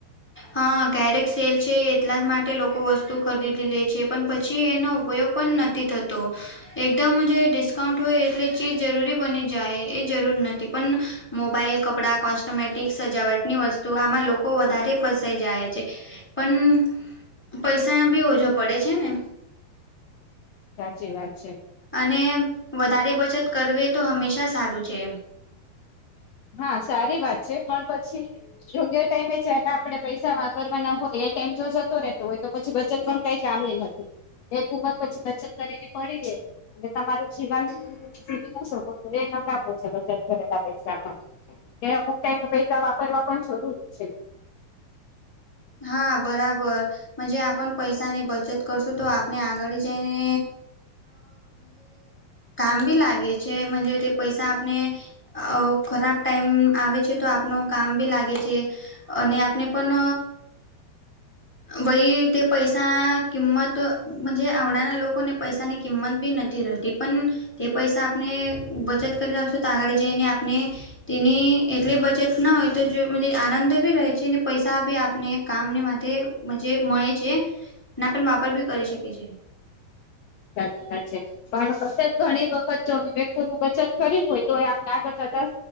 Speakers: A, in the centre; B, on the left.
A: હા ક્યારેક સેલ છે એટલા જ માટે લોકો વસ્તુ ખરીદી લે છે પણ પછી એનો ઉપયોગ પણ નથી થતો. એકદમ જે ડિસ્કાઉન્ટ હોય એટલે ચીજ જરૂરી બની જાય એ જરૂર નથી પણ મોબાઈલ, કપડાં, કોસ્ટમેટિક, સજાવટની વસ્તુ આમાં લોકો વધારે ફસાઈ જાય છે, પણ પૈસા એમ બી ઓછા પડે છે ને
B: સાચી વાત છે.
A: અને વધારે બચત કરવી એ તો હંમેશા સારું છે.
B: હા સારી વાત છે, પણ પછી યોગ્ય ટાઈમે જયારે આપડે પૈસા વાપરવાના હોય એ ટાઈમ જો જતો રહેતો હોય તો પછી બચત પણ કઈ કામની નથી. એક ઉંમર પછી બચત કરેલી પડી રે ને તમારું જીવન જીવી ન શકો <unintelligible> છે બચત કરેલા પૈસા પણ ને અમુક ટાઈમ પૈસા વાપરવા પણ જરૂરી છે.
A: હા બરાબર હજી આપણ પૈસા ની બચત કરશું તો આપને આગળ જઈને. કામ ભી લાગે છે તે પૈસા આપને. અ ખરાબ ટાઈમ આવે છે તો આપનું કામ ભી લાગે છે. અને આપને પણ વય તે પૈસા કિંમત માંજે આવડાના લોકોને પૈસાની કિંમતભી નથી રહેતી. તે પણ તે પૈસા આપણે બચત કરી રાખશો તો આગળ જઈને આપણે. તેની એટલે બચત મેજ ના હોય તો જો આનંદ માભી રહે છે ને પૈસાભી આપને કામ ને મા મજે જ મળે છે, ના પણ વાપર વાપરભી કરી શકે છે.
B: સાચચા <unintelligible> પણ બચત ઘણી વખત જો વિવ્યક્તિ ન બચત કરવી હોય તો આપને આગળ જતા